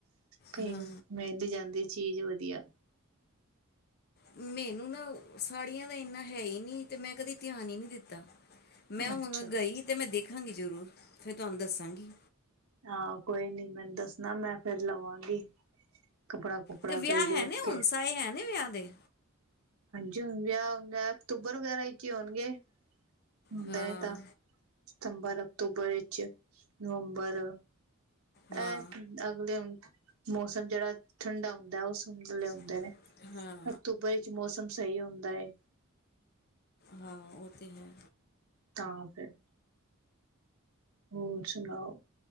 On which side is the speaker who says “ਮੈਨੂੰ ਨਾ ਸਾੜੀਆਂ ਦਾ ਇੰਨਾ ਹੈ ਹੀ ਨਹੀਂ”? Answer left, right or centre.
Left